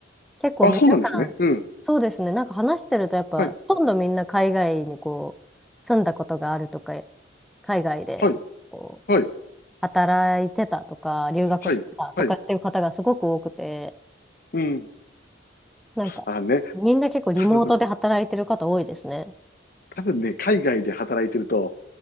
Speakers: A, in the centre; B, on the left (about 50°).
A: 結構皆さん、
B: あ、そうなんですね。うん。
A: そうですね、なんか話してると、やっぱ、
B: はい。
A: ほとんどみんな海外にこう、住んだことがあるとか、海外で、
B: はい。
A: こう、
B: はい。
A: 働いてたとか、留学してたとかっていう方がすごく多くて、
B: はい。はい。うん。
A: なんか、
B: あね、
A: みんな結構リモートで働いてる方多いですね。
B: 多分、多分ね、海外で働いてると、